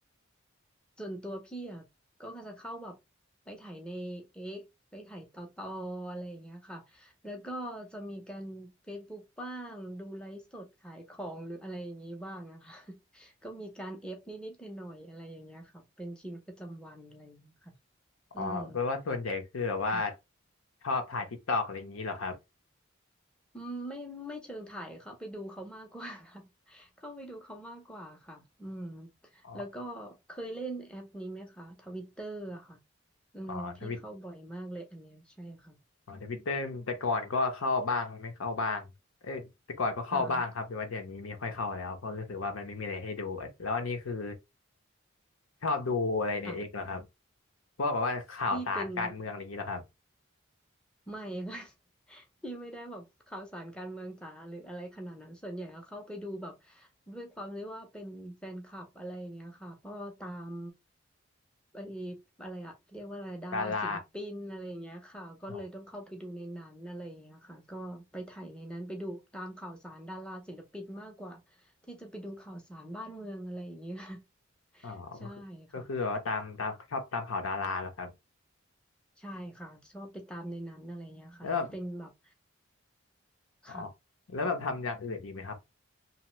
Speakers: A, in the centre; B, on the left (about 80°).
A: ส่วนตัวพี่อ่ะก็จะเข้าแบบไปถ่ายในเอ็กไปถ่ายต่อต่ออะไรอย่างเงี้ยค่ะแล้วก็จะมีการ Facebook บ้างดูไลฟ์สดขายของหรืออะไรอย่างงี้บ้างอะค่ะ <laughs> ก็มีการเอฟนิดๆหน่อยๆอะไรอย่างเงี้ยค่ะเป็นชีวิตประจำวันอะไรอย่างเงี้ยค่ะ
B: อ๋อแปลว่าส่วนใหญ่คือแบบว่า
A: อืมค่ะ
B: ชอบถ่ายทิกตอกอะไรอย่างนี้เหรอครับ
A: อืมไม่ไม่เชิงถ่ายเข้าไปดูเขามากกว่า <laughs> เข้าไปดูเขามากกว่าค่ะอืม
B: อ๋อ
A: แล้วก็เคยเล่นแอปนี้ไหมคะทวิตเตอร์อะค่ะอืมพี่เข้าบ่อยมากเลยอันเนี้ยใช่ค่ะ
B: อ๋อทวิตอ๋อทวิตเตอร์แต่ก่อนก็เข้าบ้างไม่เข้าบ้างเอ้ยแต่ก่อนก็เข้าบ้างครับแต่ว่าเดี๋ยวนี้ไม่ค่อยเข้าแล้วเพราะรู้สึกว่ามันไม่มีอะไรให้ดู
A: ค่ะ
B: แล้วอันนี้คือชอบดูอะไรในเอกเหรอครับ
A: ค่ะ
B: พวกแบบว่าข่าวสารการเมืองอะไรอย่างนี้เหรอครับ
A: พี่เป็น ไม่ค่ะ <laughs> พี่ไม่ได้แบบข่าวสารการเมืองจ๋าหรืออะไรขนาดนั้นส่วนใหญ่ก็เข้าไปดูแบบด้วยความที่ว่าเป็นแฟนคลับอะไรอย่างเงี้ยค่ะก็ตามไอ้อะไรอะเรียกว่าอะไรดาราศิลปินอะไรอย่างเงี้ยค่ะก็เลยต้องเข้าไปดูในนั้นอะไรอย่างเงี้ยค่ะก็ไปถ่ายในนั้นไปดูตามข่าวสารดาราศิลปินมากกว่า
B: ดาราอ๋อ
A: ที่จะไปดูข่าวสารบ้านเมืองอะไรอย่างเงี้ย
B: อ๋อก็คือก็คือแบบว่าตามตามชอบตามข่าวดาราเหรอครับ
A: <laughs> ใช่ค่ะใช่ค่ะชอบไปตามในนั้นอะไรเงี้ยค่ะแล้วเป็นแบบ
B: แล้วแบบอ๋อ
A: ค่ะ
B: แล้วแบบทำอย่างอื่นอีกไหมครับ